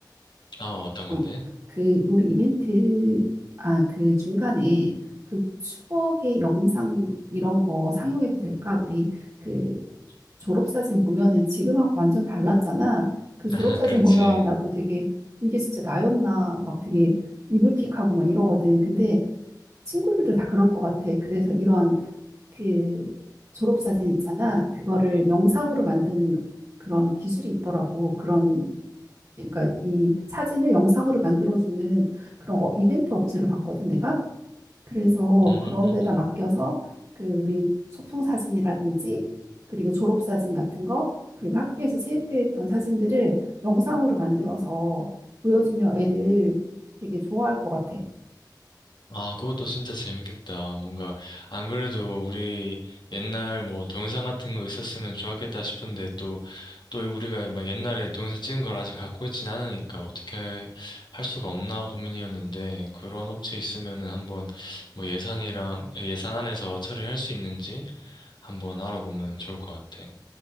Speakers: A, on the left; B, on the right.
A: 어, 어떤 건데?
B: 어, 그 우리 이벤트 아 그 중간에 그 추억의 영상 이런 거 상영해도 될까? 우리 그 조- 졸업사진 보면은 지금하고 완전 달랐잖아. 그
A: <laughs>
B: 졸업사진
A: 아, 그렇지.
B: 보면 나도 되게 이게 진짜 나였나 막 되게 이불킥하고 막 이러거든. 근데 친구들도 다 그럴 것 같아. 그래서 이러한 그 졸업사진 있잖아. 그거를 영상으로 만드는 그런 기술이 있더라고. 그런 그러니까 이 사진을 영상으로 만들어주는 그런 어- 이벤트 업체를 봤거든, 내가. 그래서
A: 음.
B: 그런
A: 음.
B: 데다
A: 음.
B: 맡겨서 그 우리 소풍 사진이라든지 그리고 졸업 사진 같은 거 그리고 학교에서 체육대회 했던 사진들을 영상으로 만들어서 보여주면 애들 되게 좋아할 것 같아.
A: 아, 그것도 진짜 재밌겠다. 뭔가, 안 그래도 우리 옛날 뭐 동영상 같은 거 있었으면 좋았겠다 싶은데 또, 또 우리가 막 옛날에 동영상 찍은 걸 아직 갖고 있진 않으니까 어떻게 할 수가 없나 고민이었는데 그런 업체 있으면은 한번 뭐 예산이랑, 예산 안에서 처리할 수 있는지 한번 알아보면 좋을 것 같아.